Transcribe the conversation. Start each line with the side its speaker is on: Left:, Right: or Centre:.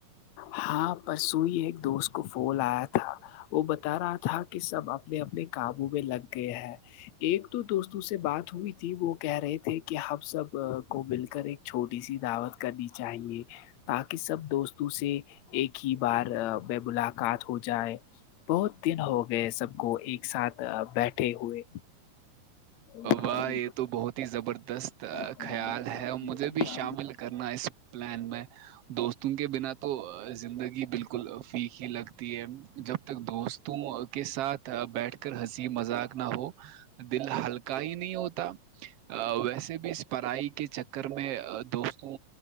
Left: ہاں پرس سوئی ہے ایک دوست کو پول آیا تھا وہ بتا رہا تھا کہ سب اپنے اپنے کاابوں میں لگ گئے ہیں ایک تو دوستوں سے بات ہوئی تھی وہ کہہ رہے تھے کہ ہم سب کو مل کر ایک چھوٹی سی دعوت کرنی چاہیے تاکہ سب دوستوں سے ایک ہی بار ب بلا قات ہو جائے بہت دن ہو گئے سب کو ایک ساتھ بیٹھے ہوئے میسجز
Right: واہ یہ تو بہت ہی زبردست
Left: کرانے
Right: خیال ہے اور مجھے بھی
Left: والا
Right: شامل کرنا اس پلان میں دوستوں کے بنا تو زندگی بالکل فھیک ہی لگتی ہے جب تک دوستوں کے ساتھ بیٹھ کر ہنسی مذاق نہ ہو دل ہی نہیں ہوتا ویسے بھی اس پڑھائی کے چکر میں دوستوں